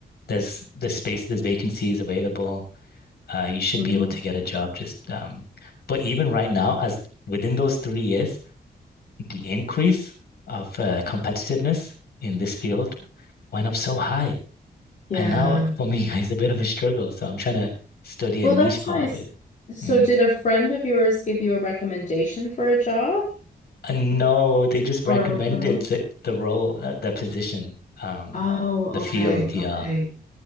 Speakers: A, on the left (about 65°); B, on the left (about 45°).
A: there's there's space, there's vacancies available. Uh, you should
B: Wow.
A: be able to get a job." Just um, but even right now, as within those three years, the increase of uh, competitiveness in this field went up so high,
B: Yeah.
A: and now for me, <laughs> it's a bit of a struggle. So I'm trying to study
B: Well,
A: a niche
B: that's
A: part
B: nice.
A: of it.
B: So,
A: Mm.
B: did a friend of yours give you a recommendation for a job
A: Uh, No, they just recommended
B: or a referral?
A: the, the role, uh, the position, um,
B: Oh,
A: the field.
B: okay.
A: Yeah,
B: Okay.